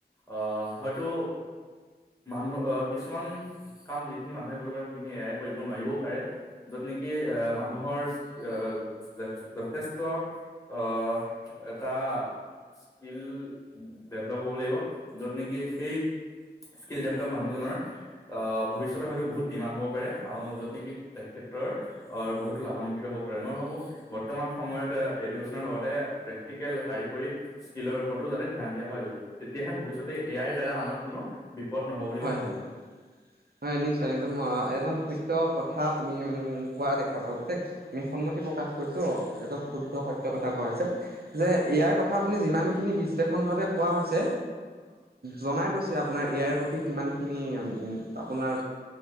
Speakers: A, on the left; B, on the right.
A: আহ হয়তো মানুহ অহ কিছুমান কাম যিখিনি মানুহে কৰিব পাৰে সেইখিনি এয়াই কৰিব নোৱাৰিবও পাৰে য'ত নেকি অঁহ মানুহৰ আহ যথেষ্ট অহ। এটা স্কিল ডেভেলপ হ'ব লাগিব য'ত নেকি সেই স্কিল ডেভেলপ মানুহজনৰ ভৱিষ্যতৰ হয়তো বহুত ডিমাণ্ড হ'ব পাৰে আৰু য'ত নেকি তেখেতৰ বহুতো লাভান্বিত হ'ব পাৰে মই ভাবোঁ বৰ্তমান সময়ত এডুকেশ্যনৰ লগতে। প্ৰেক্টিকেল কাৰিকৰী স্কিলৰ ওপৰতো যাতে ধ্যান দিয়া হয় তেতিয়াহে ভৱি্যতে এয়াই দ্বাৰা আমাৰ কোনো বিপদ নহব বুলি
B: হয়
A: মই ভাবো?
B: হয় হয় নিশ্চয় একদম একদম সত্য কথা। আ কোৱা দেখা পোৱা গৈছে আমি সন্মতি প্ৰকাশ কৰিছোঁ একদম শুদ্ধ সত্যৰ কথা কোৱা হৈছে যে। ইয়াৰ কথা আপুনি যিমানখিনি বিশ্লেষ। সম্ভাৱে কোৱা হৈছে জনাই গৈছে আপোনাৰ এইয়াৰ প্ৰতি কিমানখিনি। আপোনাৰ